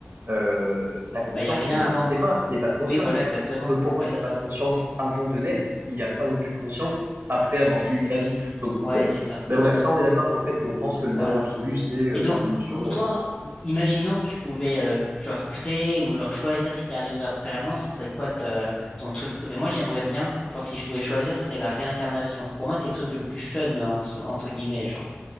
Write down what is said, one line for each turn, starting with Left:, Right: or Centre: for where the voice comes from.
Right: euh, ta conscience,
Left: Bah, y a rien
Right: elle
Left: avant.
Right: n'existait pas, qu'il n'y ait pas de conscience.
Left: Oui, voilà, exactement.
Right: Donc pour moi,
Left: Ouais,
Right: s'il
Left: c'est
Right: n'y a
Left: ça.
Right: pas de conscience avant de naître, il n'y a pas non plus de conscience après avoir fini sa vie. Donc
Left: Ouais,
Right: bon.
Left: c'est ça.
Right: Mais bref, ça on est d'accord sur le fait qu'on pense que le
Left: Voilà.
Right: néant absolu, c'est euh,
Left: Et donc,
Right: la solution.
Left: m- m- toi, imaginons que tu pouvais, euh, genre, créer ou genre choisir ce qui arriverait après la mort, ça serait quoi ta- ton truc préféré? Moi, j'aimerais bien, genre, si je pouvais choisir, ce serait la réincarnation. Pour moi, c'est le truc le plus fun, en- entre guillemets, genre.